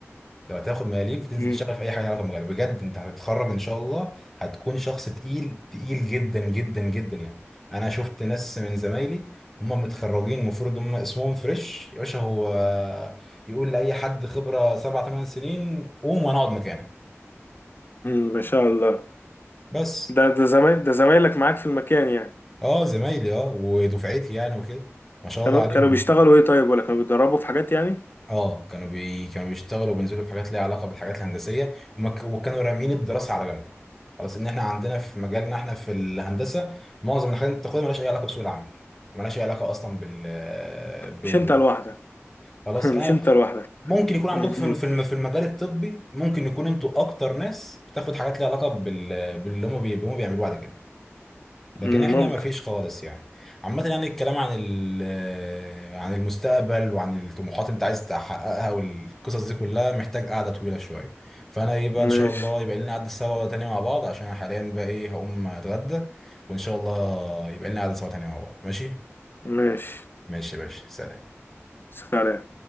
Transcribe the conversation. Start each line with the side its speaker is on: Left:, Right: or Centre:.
Centre: لو هتاخد ملاليم تنزل
Left: مم.
Centre: تشتغل في اي حاجه ليها علاقه بالمجال بجد انت هتتخرج ان شاء الله هتكون شخص تقيل تقيل جدا جدا جدا يعني انا شفت ناس من زمايلي هم متخرجين المفروض هم اسمهم فريش يا باشا هو يقول لاي حد خبره سبع ثمان سنين قوم وانا اقعد مكانك
Left: امم ما شاء الله
Centre: بس
Left: ده ده زمايل ده زمايلك معاك في المكان يعني
Centre: اه زمايلي اه ودفعتي يعني وكده ما شاء
Left: كانوا
Centre: الله عليهم
Left: كانوا بيشتغلوا ايه طيب ولا كانوا بيتدربوا في حاجات يعني
Centre: اه كانوا بي... كانوا بيشتغلوا وبينزلوا في حاجات ليها علاقه بالحاجات الهندسيه وما ك... وكانوا رامين الدراسه على جنب خلاص ان احنا عندنا في مجالنا احنا في الهندسه معظم الحاجات اللي بتاخدها مالهاش اي علاقه بسوق العمل مالهاش اي علاقه اصلا بال ب...
Left: مش
Centre: ب...
Left: انت لوحدك
Centre: خلاص
Left: <laughs> مش
Centre: انا
Left: انت لوحدك
Centre: ممكن يكون عندكم
Left: مهم.
Centre: في في الم- في المجال الطبي ممكن يكون انتوا اكتر ناس بتاخد حاجات ليها علاقه بال... باللي هم بي... هم بيعملوه بعد كده لكن
Left: مم،
Centre: احنا
Left: ممكن
Centre: ما فيش خالص يعني عامة يعني الكلام عن ال- آه، عن المستقبل وعن الطموحات اللي انت عايز تحققها والقصص دي كلها محتاج قعدة طويلة شوية فانا ايه بقى
Left: ماشي
Centre: ان شاء الله يبقى لنا قعدة سوا تاني مع بعض عشان انا حاليا بقى ايه هقوم اتغدى وان شاء الله يبقى لنا قعدة سوا تاني مع بعض ماشي
Left: ماشي
Centre: ماشي يا باشا سلام
Left: سلام